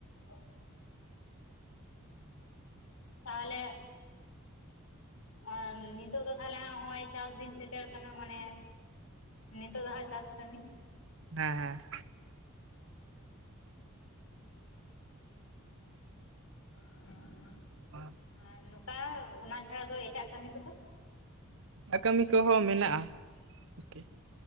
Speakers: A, on the left; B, on the right.
A: ᱚᱞ <unintelligible>
B: ᱦᱩᱸ
A: ᱛᱟᱦᱚᱞᱮ ᱟᱨ ᱱᱤᱛᱚᱜ ᱫᱚ ᱛᱟᱦᱚᱞᱮ ᱦᱚᱸᱜ ᱚᱜᱭ ᱪᱟᱥ ᱫᱤᱱ ᱥᱮᱴᱮᱨ ᱠᱟᱱᱟ ᱢᱟᱱᱮ ᱱᱤᱛᱚᱜ ᱦᱟᱸᱜ ᱪᱟᱥ ᱠᱟᱹᱢᱤ
B: ᱦᱮᱸ ᱦᱮᱸ
A: <inaudible>
B: ᱟᱨ
A: ᱟᱨ ᱱᱚᱠᱟ ᱚᱱᱟ ᱪᱷᱟᱲᱟ ᱫᱚ ᱮᱴᱟᱜ ᱠᱟᱹᱢᱤ ᱠᱚᱫᱚ
B: ᱮᱴᱟᱜ ᱠᱟᱹᱢᱤ ᱠᱚᱦᱚᱸ ᱢᱮᱱᱟᱜᱼᱟ ᱟᱨᱠᱤ